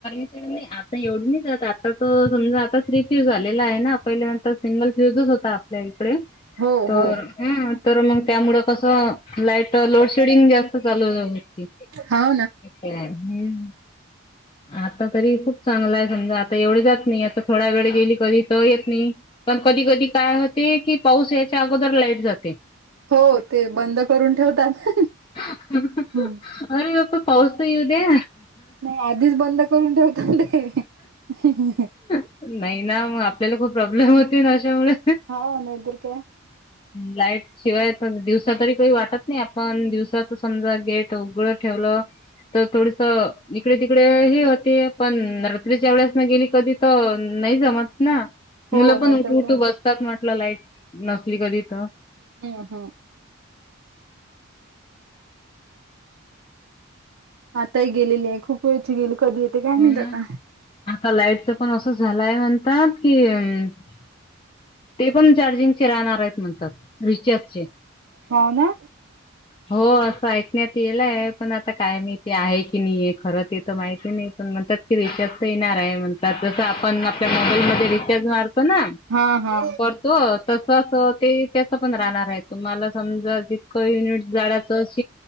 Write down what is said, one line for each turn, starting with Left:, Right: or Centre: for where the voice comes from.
Left: काय नाही आत. एवढी नाही जात आता तर समजा आता थ्री फ्यूज आलेला आहे ना पहिल्यांदा नंतर सिंगल फ्यूजच होता आपल्या हित. कडे
Right: हो
Left: तर
Right: हो
Left: ह तर मग त्यामुळे कस लाईट लोड शेडिंग जास्त चालू होती.
Right: हा.
Left: हम्म. आता तरी खूप चांगला आहे समजा आता एवढे जात नाही आता थोड्या वेळ गेली कधी तर येत नाही. पण कधी कधी काय होते की पाऊस याच्या अगोदर लाईट जाते.
Right: हो ते बंद करून ठेवतात.
Left: अरे
Right: हम्म.
Left: आता पाऊस त येऊ दे.
Right: नाही आधीच बंद करून ठेवता ते.
Left: नाही ना मग आपल्याला खूप प्रॉब्लेम होते ना अशामुळे.
Right: हा नाहीतर काय
Left: लाईट शिवाय दिवसा तरी काही वाटत नाही आपण दिवस समजा गेट उघड ठेवलं. तर थोडस इकडे तिकडे ह होते पण रात्रीच्या वेळेस न गेली कधी तर नाही जमत ना
Right: हो
Left: मुलं
Right: नाहीतर
Left: पण उठू
Right: काय.
Left: उठू बसतात म्हटलं लाईट नसली कधी तर.
Right: हम्म हम्म. आताही गेलेली आहे खूप वेळची गेली. कधी येते काय
Left: हो
Right: माहित
Left: ना
Right: आता
Left: आता लाईटच पण असं झालं मला म्हणतात की ते पण ते पण चार्जिंगचे राहणार आहेत म्हणतात. विचारचे.
Right: हाव ना.
Left: हो असं ऐकण्यात येलाय पण आता काय माहिती आहे की नाहीय खरं तेथ माहिती नाही. पण म्हणतात की रिचार्ज तर येणार आहे म्हणतात जसं आपण आपल्या मोबाईल मध्ये रिचार्ज मार तो ना
Right: हा हा.
Left: करतो तर तस ते त्याच पण राहणार आहे तुम्हाला समजा दिस युनिट झाडाच अस